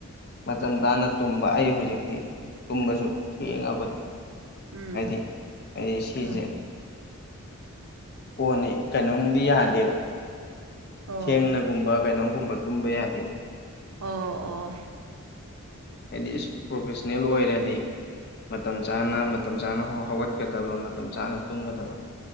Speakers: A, on the left; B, on the right.
A: ꯃꯇꯝ ꯆꯥꯅ ꯇꯨꯝꯕ ꯑꯩ ꯍꯧꯖꯤꯛꯇꯤ ꯇꯨꯝꯕꯁꯨ ꯊꯦꯡꯉꯕꯅꯤ
B: ꯎꯝ
A: ꯍꯥꯏꯗꯤ ꯍꯥꯏꯗꯤ ꯁꯤꯁꯦ
B: ꯎꯝ
A: ꯀꯣꯟꯅ ꯀꯩꯅꯣꯝꯗꯤ ꯌꯥꯗꯦꯕ
B: ꯑꯣ
A: ꯁꯦꯡꯅꯒꯨꯝꯕ ꯀꯩꯅꯣꯝꯒꯨꯝꯕ ꯇꯨꯝꯕ ꯌꯥꯗꯦꯕ
B: ꯑꯣ ꯑꯣ
A: ꯍꯥꯏꯗꯤ ꯄ꯭ꯔꯣꯐꯦꯁꯅꯦꯜ ꯑꯣꯏꯔꯗꯤ ꯃꯇꯝ ꯆꯥꯅ ꯃꯇꯝ ꯆꯥꯅ ꯍꯧꯒꯠꯀꯗꯕ ꯃꯇꯝ ꯆꯥꯅ ꯇꯨꯝꯒꯗꯕ